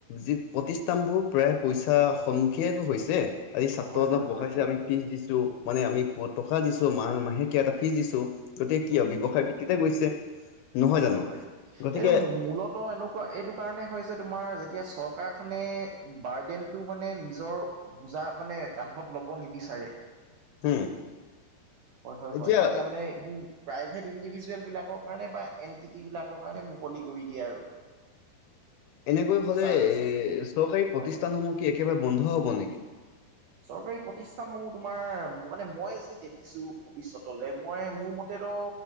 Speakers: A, on the left; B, on the right.
A: যি প্ৰতিষ্ঠানবোৰৰ প্ৰাই পইছাৰ সন্মুখীন হৈছে। আজি ছাত্ৰহতক
B: হয় হয়
A: পঢ়াইছে
B: হয় হয়
A: আমি
B: হয়
A: ফিজ দিছো। মানে আমি বহুত টকা দিছো মাহ -মাহেকে এটা ফিজ দিছো। গতিকে কিয়
B: উম
A: বিৱসায় ভিত্তিতে গৈছে। নহয়
B: হয়
A: জানো
B: হয় হয়
A: গতিকে
B: এইটো মূলত এনোক কোৱা এইটো কাৰণে হয় যে তোমাৰ যেতিয়া চৰকাৰখনে বাৰ্ডেনটো মানে নিজৰ বুজা মানে কান্ধত লব নিবিচাৰে।
A: উম
B: হয় হয়
A: এতিয়া
B: হয় তেতিয়া মানে সি প্ৰাইভেট ইণ্ডিভিজুৱেলবিলাকৰ কাৰণে বাই এন টি টি বিলাকৰ কাৰণে মুকলি কৰি দিয়ে আৰু।
A: এনেকৈ হলে
B: চাৰ্ভিচেছ
A: এ
B: বিলাক
A: চৰকাৰী
B: হয়
A: প্ৰতিষ্ঠানসমূহ কি একেবাৰে বন্ধ হ'ব নেকি?
B: চৰকাৰী প্ৰতিষ্ঠানসমূহ তোমাৰ মানে মই যি দেখিছো ভৱিষ্যতলে মই মোৰ মতেতো